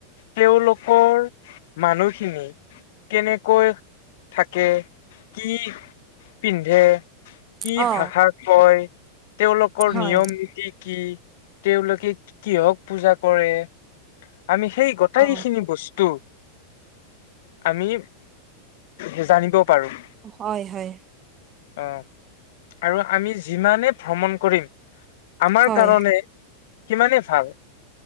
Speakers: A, on the left; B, on the right.
A: তেওঁলোকৰ মানুহখিনি কেনে কৈ থাকে, কি পিন্ধে কি
B: অ
A: ভাষা কয়, তেওঁলোকৰ
B: হয়
A: নিয়ম নীতি কি? তেওঁলোকে কিহক পূজা কৰে আমি সেই গোটেই
B: অ
A: খিনি বস্ত- টো আমি ভেজানিব পাৰো।
B: হয় হয়।
A: অ আৰু আমি যিমানে ভ্ৰমণ কৰিম। আমাৰ
B: হয়
A: কাৰণে সিমানেই ভাল।